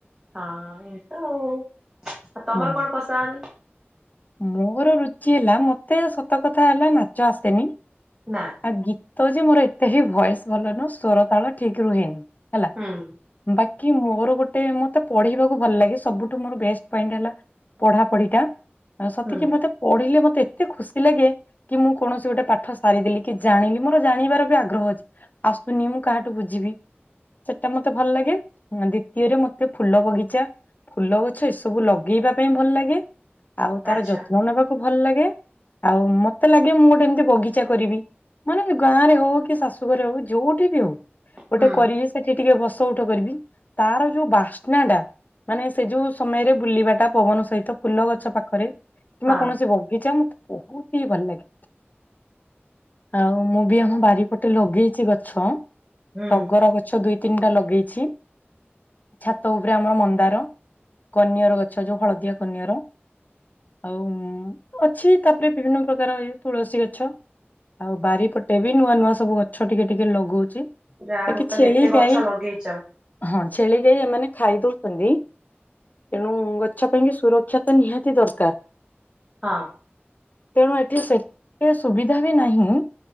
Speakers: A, on the right; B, on the left.
A: ହଁ ଇନ୍ତୁ ଆ, ତୋମର
B: ହୁଁ।
A: କଣ ପସନ୍ଦ?
B: ମୋର ରୁଚି ହେଲା ମୋତେ ସତକଥା ହେଲା ନାଚ ଆସେନି। ଆ,
A: ନା
B: ଗୀତ ଯେ ମୋର ଏତେ ହି ଭଏସ୍ ଭଲ ନ ସ୍ୱର ତାଳ ଠିକ ରୁହେନି ହେଲା।
A: ହଁ।
B: ବାକି ମୋର ଗୋଟେ ମୋତେ ପଢିବାକୁ ଭଲ ଲାଗେ। ସବୁଠୁ ମୋର ବେଷ୍ଟ ପଏଣ୍ଟ ହେଲା ପଢାପଢି ଟା ଅଁ, ସେତେକି
A: ହୁଁ
B: ମୋତେ ପଢିଲେ ମୋତେ ଏତେ ଖୁସି ଲାଗେ। କି ମୁଁ କୌଣସି ଗୋଟେ ପାଠ ସାରିଦେଲି କି ଜାଣିଲି ମୋର ଜାଣିବାର ବି ଆଗ୍ରହ ଅଛି। ଆସୁନି ମୁଁ କାହାଠୁ ବୁଝିବି। ସେଟା ମୋତେ ଭଲ ଲାଗେ। ଅଁ, ଦ୍ଵିତୀୟରେ ମୋତେ ଫୁଲ ବଗିଚା ଫୁଲ ଗଛ ଏସବୁ ଲଗେଇବା ପାଇଁ ଭଲ ଲାଗେ। ଆଉ ତାର
A: ଆଚ୍ଛା
B: ଯତ୍ନ ନେବାକୁ ଭଲ ଲାଗେ। ଆଉ ମୋତେ ଲାଗେ ମୁଁ ଗୋଟେ ଏମତି ବଗିଚା କରିବି। ମାନେ ଗାଁ ରେ ହଉ କି ଶାଶୁଘରେ ହଉ ଯୋଉଠି ବି ହଉ ଗୋଟେ
A: ହୁଁ
B: କରିବି। ସେଠି ଟିକେ ବସ ଉଠ କରିବି ତାର ଯୋଉ ବାସ୍ନା ଟା ମାନେ ସେ ଯୋଉ ସମୟରେ ବୁଲିବା ଟା ପବନ ସହିତ ଫୁଲ ଗଛ ପା ଖରେ କିମ୍ବା
A: ହଁ
B: କୌଣସି ବଗିଚା ମୁଁ ବହୁତ ହି ଭଲ ଲାଗେ। ଆଉ ମୁଁ ବି ଆମ ବାରିପଟେ ଲଗେଇଛି ଗଛ। ଛ
A: ହୁଁ।
B: ଟଗର ଗ ଛ ଦୁଇ ତିନିଟା ଲଗେଇଛି, ଛାତ ଉପରେ ଆମର ମନ୍ଦାର କନିଅର ଗଛ ଯୋଉ ହଳଦିଆ କନିଅର ଆଉ ଉଁ, ଅଛି ତାପରେ ବିଭିନ୍ନ ପ୍ରକାର ଇଏ ତୁଳସୀ ଗଛ। ଆଉ ବାରିପଟେ ବି ନୂଆ ନୂଆ ସବୁ ଗଛ ଟିକେ ଟିକେ ଲଗଉଛି।
A: ଯାହା
B: ବାକି
A: ହଉ ତାହେଲେ
B: ଛେଳି
A: ଏତେ ଗଛ
B: ଗାଈ
A: ଲଗେଇଚ।
B: ହଁ ଛେଳି ଗାଈ ଏମାନେ ଖାଇ ଦଉଛନ୍ତି। ତେଣୁ ଗଛ ପାଇଁକି ସୁରକ୍ଷା ତ ନିହାତି ଦରକାର।
A: ହଁ।
B: ତେଣୁ ଏଠି ସେତେ ସୁବିଧା ବି ନାହିଁ।